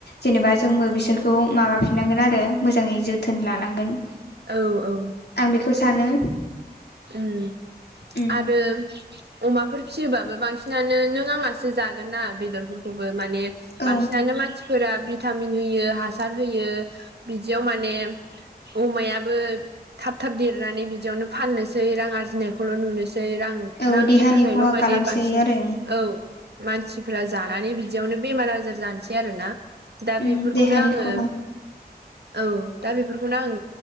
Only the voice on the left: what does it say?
जेनेबा जोंबो बिसोरखौ माबाफिननांगोन आरो मोजाङै जोथोन लानांगोन।
आं बेखौ सानो।
उम
औ
औ
देहानि
खहा
खालामसोयो
आरो
उम
देहानि
खहा